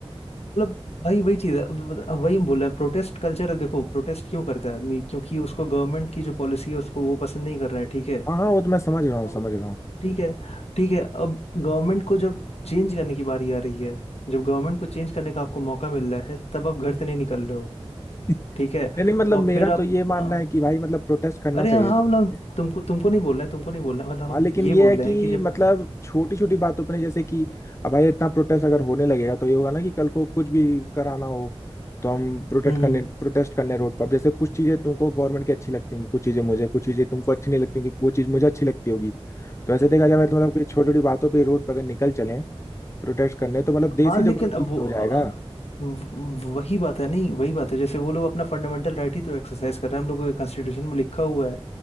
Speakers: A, on the left; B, on the left.
A: मतलब भाई वही चीज़ है अब- अब वही हम बोल रहे हैं प्रोटेस्ट कल्चर है देखो प्रोटेस्ट क्यों करता है आदमी क्योंकि उसको गवर्नमेंट की जो पॉलिसी है उसको वो पसंद नहीं कर रहा है ठीक है
B: हाँ हाँ वो तो मैं समझ रहा हूँ
A: तो
B: समझ रहा हूँ
A: ठीक है ठीक है अब गवर्नमेंट को जब चेंज करने की बारी आ रही है जब गवर्नमेंट को चेंज करने का आपको मौका मिल रहा है तब आप घर से नहीं निकल रहे हो
B: <laughs>
A: ठीक है
B: नहीं नहीं मतलब
A: और
B: मेरा
A: फिर आप
B: तो ये मानना
A: आप-
B: है कि भाई मतलब प्रोटेस्ट करना
A: अरे
B: चाहिए
A: हाँ
B: लोगों
A: मतलब
B: को।
A: तुमको तुमको नहीं बोल रहा है तुमको नहीं बोल रहा है मतलब
B: हाँ
A: हम
B: लेकिन
A: ये
B: ये
A: बोल
B: है कि
A: रहे हैं कि जब
B: मतलब छोटी छोटी बातों पर नहीं, जैसे कि अब भाई इतना प्रोटेस्ट अगर होने लगेगा तो ये होगा ना कि कल को कुछ भी कराना हो तो हम प्रोटेस्ट
A: हम्म
B: करने
A: हम्म
B: प्रोटेस्ट करने रोड पर अब जैसे कुछ चीजें तुमको गवर्नमेंट की अच्छी लगती होंगी कुछ चीजें मुझे कुछ चीजें तुमको अच्छी नहीं लगती होंगी कुछ चीज मुझे अच्छी लगती होगी तो ऐसे देखा जाए
A: हम्म।
B: तो मतलब कि छोटी छोटी बातों पर रोड पर अगर निकल चले प्रोटेस्ट करने तो मतलब देश
A: हाँ
B: ही
A: लेकिन
B: जो है ना पीछे
A: अब वो
B: हो जाएगा
A: व- वही बात है नहीं वही बात है जैसे वो लोग अपना फंडामेंटल राइट ही तो एक्सरसाइज कर रहे हैं हम लोगों के कॉन्स्टिट्यूशन में लिखा हुआ है